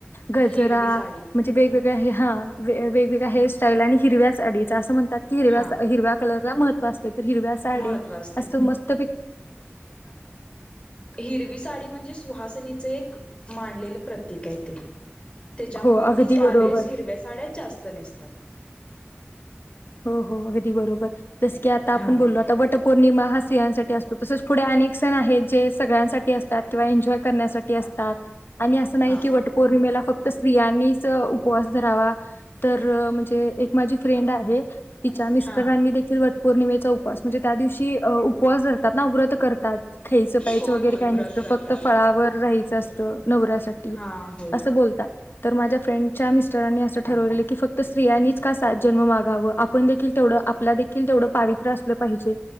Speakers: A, on the left; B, on the left.
A: गजरा
B: हिरवी साडी
A: म्हणजे वेगवेगळ्या ह, वेगवेगळ्या हेअर साईल आणि हिरव्या साडीच, अस म्हणतात की
B: हा
A: हिरव्या कलरला महत्त्व ते तर हिरव्या साडे
B: महत्त्व असते
A: असं मस्त
B: हिरवी साडी म्हणजे सुहासिनीच एक मांडलेलं प्रतीक आहे ते. तेच्यामुळे
A: हो अगदी
B: ती त्यावेेळेस
A: बरोबर
B: हिरव्या साड्याच जास्त नेसतात.
A: हो हो, अगदी बरोबर. जस की आता
B: हा
A: आपण बोललो आता वटपौर्णिमा हा स्त्रियांसाठी असतो. तसेच पुढे अनेक सण आहेत जे सगळ्यांसाठी असतात किंवा एन्जॉय करण्यासाठी असतात. आणि असं नाही
B: हा
A: की वटपौर्णिमेला फक्त स्त्रियांनी च उपवास धरावा तर म्हणजे एक माझी फ्रेंड आहे. तिच्या मिस्टरांनी
B: हा
A: देखील वट पौर्णिमेचा उपवास म्हणजे त्या दिवशी उपवास धरतात ना व्रत करतात. ख्यायचं प्यायचं
B: होय
A: वगैरे
B: होय
A: काही
B: व्रत
A: नसतं
B: करतात
A: फक्त फळावर राहायचं असतं. नवऱ्यासाठी
B: हा होय
A: असं बोलतात तर माझ्या फ्रेंड च्या मिस्टरांनी असं ठरवलेलं की फक्त स्तियांनीच का सात जन्म मागावं. आपण देखील तेवढं आपला देखील तेवढं पावित्र असलं पाहिजे.